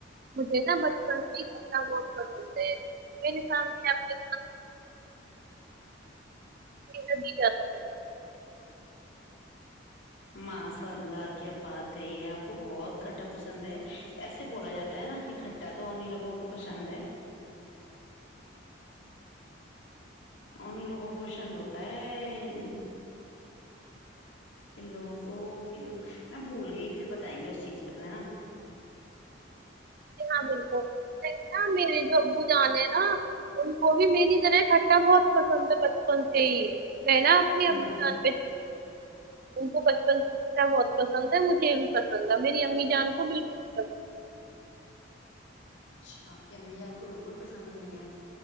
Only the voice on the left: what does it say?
ماساء اللہ کیا بات کہی ہے آپ کو بہت کھٹا پسند ہے ایسے بولا جاتا ہے نا کہ کھا کھٹا تو انہیں لگوں کو پسند ہے ان لوگوں کو پسند ہوتا ہے ان لوگوں کو ک لو میں بھول گئی پھر بتائیں گے اس چیز پہ تو ہے نا
ہوں
اچھا آپ کی امی جان کو بالکل پسند نہیں ہے